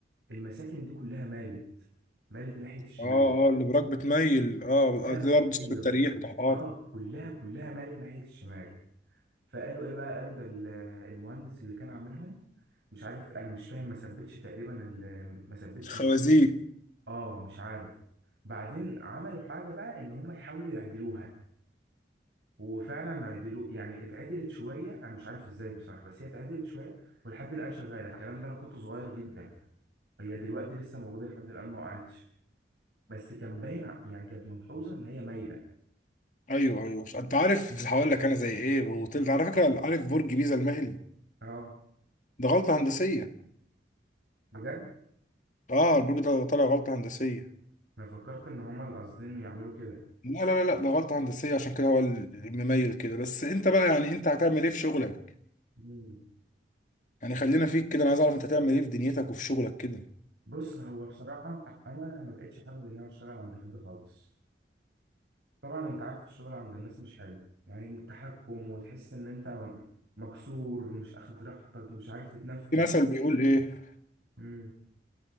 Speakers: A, on the right; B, on the left.
A: المساكن دي كلها مالت مالت ناحية الشمال
B: اه اه اللي براك بتميل اه
A: كلها
B: دي
A: حرفيا
B: برضه سبب التريح بتاع الارض
A: اه كلها كلها مالت ناحية الشمال فقالوا ايه بقى قالوا ده ال- المهندس اللي كان عاملهم مش عارف انا مش فاهم ما ثبتش تقريبا ال- ما ثبتش
B: خوازيق
A: اه مش عارف بعدين عملوا حاجة بقى ان هم يحاولوا يعدلوها وفعلا عدلوا يعني اتعدلت شويه انا مش عارف ازاي بصراحه بس هي اتعدلت شويه ولحد الان شغاله الكلام ده انا كنت صغير جدا هي دلوقتي لسه موجوده لحد الان ما وقعتش بس كان باين ع- يعني كانت ملحوظه ان هي مايله
B: ايوه ايوه انت عارف هقول لك انا زي ايه وطلت على فكره عارف برج بيزا المائل
A: اه
B: ده غلطه هندسيه
A: بجد
B: اه البرج ده طالع غلطه هندسيه
A: انا فكرت ان هما اللي قاصدين يعملوا كده
B: لا لا لا لا ده غلطه هندسيه عشان كده هو المميل كده بس انت بقى يعني انت هتعمل ايه في شغلك
A: مم.
B: يعني خلينا فيك كده انا عايز اعرف انت هتعمل ايه في دنيتك وفي شغلك كده
A: بص هو بصراحه انا ما بقتش حابب ان انا اشتغل عند حد خالص طبعا انت عارف الشغل عند الناس مش حلو يعني متحكم وتحس ان انت مكسور مش اخد راحتك مش عارف تتنفس
B: في مثل بيقول ايه
A: امم